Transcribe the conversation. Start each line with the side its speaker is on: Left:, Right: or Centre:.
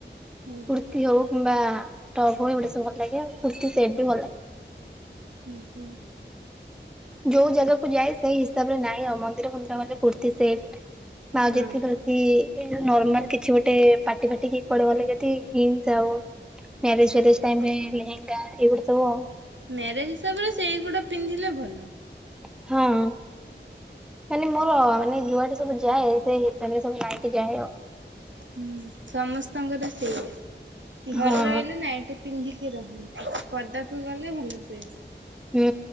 Right: ଓହୋ
Centre: କୁର୍ତି ହୋଉ କିମ୍ବା ଟପ୍ ହୋଉ ଏଇ ଗୁଡା ସବୁ ଲାଗେ ଆଉ କୁର୍ତ୍ତୀ ସେଟ ବି ଭଲ ଲାଗେ।
Right: ଉଁହୁଁ।
Centre: ଯୋଉ ଜାଗାକୁ ଯାଏ ସେଇ ହିସାବରେ ନାଇଁ ଆଉ ମନ୍ଦିର ଫନ୍ଦିର ଗଲେ କୁର୍ତ୍ତି ସେଟ୍ ବା ଆଉ।
Right: ହଁ
Centre: <unintelligible> ତି ଏଇ ନର୍ମାଲ କିଛି ଗୋଟେ ପାଟି ଫାଟି କି କୁଆଡେ ଗଲେ ଯଦି ଜିନ୍ସ ଆଉ ମ୍ୟାରେଜ୍ ଫ୍ୟାରେଜ ଟାଇମରେ ଲେହେଙ୍ଗା ଏଆଇଗୁଡ଼ା ସବୁ।
Right: ମ୍ୟାରେଜ ହିସାବରେ ସେଇଗୁଡା ପିନ୍ଧିଲେ ଭଲ।
Centre: ହଁ। ମାନେ ମୋର ମାନେ ଯୁଆଡେ ସବୁ ଯାଏ ସେ ହିସାବରେ ସବୁ ନାଇକି ଯାଏ ଆଉ।
Right: ହୁଁ ସମସ୍ତଙ୍କର ସେଇଆ ଘରେ
Centre: ହଁ।
Right: ରହିଲେ ନାଇଟି ପିନ୍ଧିକି ରହନ୍ତି ପଦାକୁ ଗଲେ ଭଲ ଡ୍ରେସ୍।
Centre: ହୁଁ